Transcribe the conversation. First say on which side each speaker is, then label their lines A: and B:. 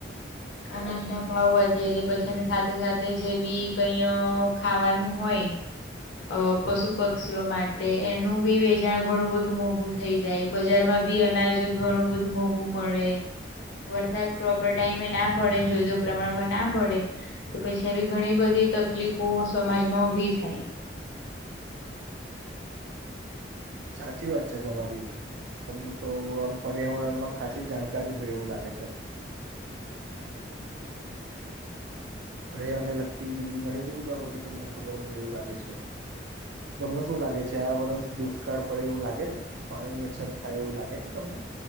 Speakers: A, on the left; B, on the right.
A: અનાજ ના ભાવ વધે એટલે પછીની સાથે સાથે જે બી કઈ ખાવાનું હોય અ પશુ પક્ષીઓ માટે એનું ભી વેચાણ ઘણું બધું મોભૂત થઈ જાય બજારમાં ભી અનાજ ઘણું બધું મોંઘું મળે વરસાદ પ્રોપર ટાઈમે ના પડે ને જોયદું પ્રમાણમાં ના પડે તો પછી આવી ઘણી બધી તકલીફો સમાજમાં ઉભી થાય
B: સાચી વાત છે તમારી તમને તો આમ પર્યાવરણમાં ખાસી જાણકારી હોય એવું લાગે છે. અ એ અને લગતી બીજી ઘણી બધી બાબતો તમને ખબર હોય એવું લાગે છે. તમને શું લાગે છે આ વરષ દુષ્કાળ પડે એવું લાગે છે પાણી ની અછત થાય એવું લાગે છે તમને